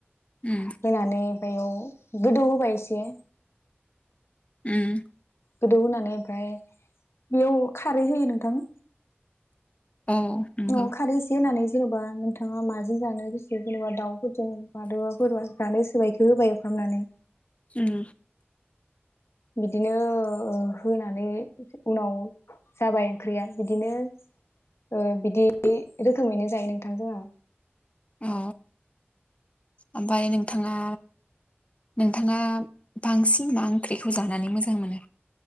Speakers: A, on the left; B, on the left.
A: उम
B: होनानै। बेयाव गोदौ होबाय एसे।
A: उम।
B: गोदौ होनानै ओमफ्राय बेयाव खारै होयो नोंथां।
A: औ नंगौ
B: औ खारै एसे होनानै। जेनबा नोंथाङा माजों जानो गोसो जेनबा दाउ फोरजों <unintelligible> जानो गोसो बादि। होबाय एवफ्रामनानै।
A: उम।
B: बिदिनो होनानै उनाव जाबाय ओंख्रिया बिदिनो ओ बिदि रोखोमैनो जायो नोंथां जोङो।
A: औ ओमफ्राय नोंथाङा? नोंथाङा? बांसिन मा ओंख्रिखौ जानानै मोजां मोनो?